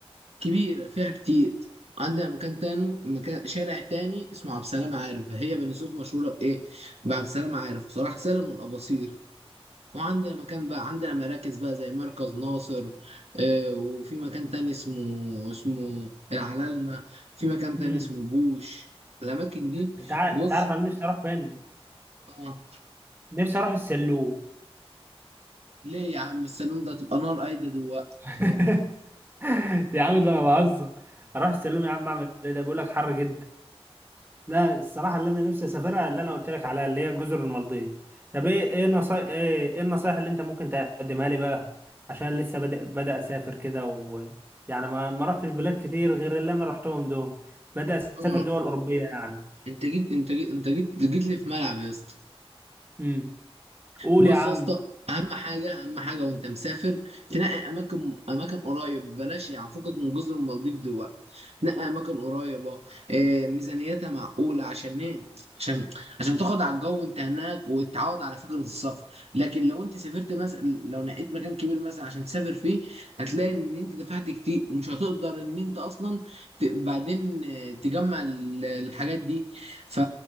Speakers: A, on the right; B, on the right.
A: كبيرة فيها كتير عندنا مكان تاني مكان شارع تاني اسمه عبد السلام عارف هي بني سويف مشهورة بإيه؟ بعبد السلام عارف وصلاح سالم والأباصير وعندنا مكان بقى عندنا مراكز بقى زي مركز ناصر آه وفي مكان تاني اسمه اسمه العلالمة في مكان تاني
B: امم
A: اسمه بوش الأماكن دي
B: انت ع...
A: بص
B: انت عارف انا نفسي اروح فين
A: آه
B: نفسي اروح السلوم
A: ليه يا عم السلام ده تبقى نار قايدة دلوقتي
B: <laughs> يا عم ده انا بهزر اروح السلوم يا عم اعمل ايه ده بيقول لك حر جدا لا الصراحة اللي أنا نفسي أسافرها اللي أنا قلت لك عليها اللي هي جزر المالديف طب إيه إيه نصائح إيه, إيه النصائح اللي أنت ممكن تقدمها لي بقى عشان لسه بدأ بدأ أسافر كده و يعني ما ما رحتش بلاد كتير غير اللي أنا رحتهم دول بدأ أسافر
A: آه
B: دول أوروبية يعني
A: أنت جيت أنت جيت أنت جيت جيت لي في ملعب يا اسطى
B: امم قول
A: بص
B: يا عم
A: يا اسطى اهم حاجه اهم حاجه وانت مسافر تنقي اماكن اماكن قريب بلاش يعني فكك من جزر المالديف دول نقي اماكن قريبه إيه ميزانيتها معقوله عشان ايه عشان عشان تاخد على الجو وانت هناك وتتعود على فكره السفر لكن لو انت سافرت مثلا لو نقيت مكان كبير مثلا عشان تسافر فيه هتلاقي ان انت دفعت كتير ومش هتقدر ان انت اصلا ت- بعدين آه، تجمع ال- الحاجات دي ف...